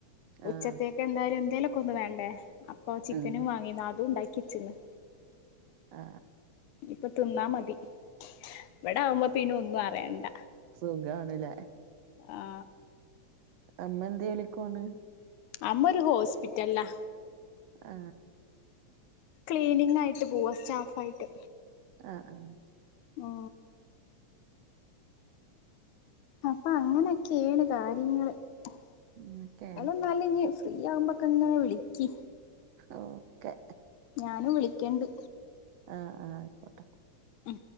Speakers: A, on the right; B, on the left.
A: ആഹ്
B: ഉച്ചത്തേക്കെന്തായാലും എന്തേലുക്കെന്ന് വേണ്ടേ അപ്പൊ ചിക്കനും
A: ഉം
B: വാങ്ങിന്ന അതും ഉണ്ടാക്കി വച്ചിന്ന്
A: ആ
B: ഇപ്പൊ തിന്നാ മതി ഇവിടാവുമ്പ പിന്നൊന്നും അറിയണ്ട
A: സുഖാണ്ലേ
B: ആ
A: അമ്മ എന്ത്യോലിക്കോണ്
B: അമ്മ ഒരു ഹോസ്പിറ്റല്ലാ
A: ആ
B: ക്ലീനിങ് ആയിട്ട് പോവാ സ്റ്റാഫായിട്ടേ
A: ആ ആ
B: ഓ അപ്പൊ അങ്ങനൊക്കെയേണ് കാര്യങ്ങള് <unintelligible>
A: അങ്ങനൊക്കേണ്
B: ഫ്രീയാവുമ്പക്കെങ്ങനെ വിളിക്ക്
A: ഓക്കെ
B: ഞാനും വിളിക്കണ്ട്
A: ആഹ ആഹ് ആയിക്കോട്ടെ
B: ഉം